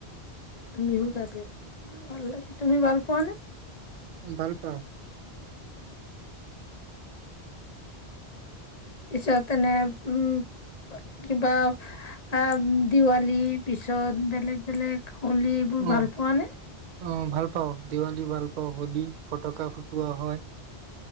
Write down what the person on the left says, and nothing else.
বিহুত আজি ভাল লাগে তুমি ভাল পোৱাানে
পিছত এনে উম কিবা আহ দিৱালী পিছত বেলেগ বেলেগ কুলি এইবোৰ
ভাল পোৱা নে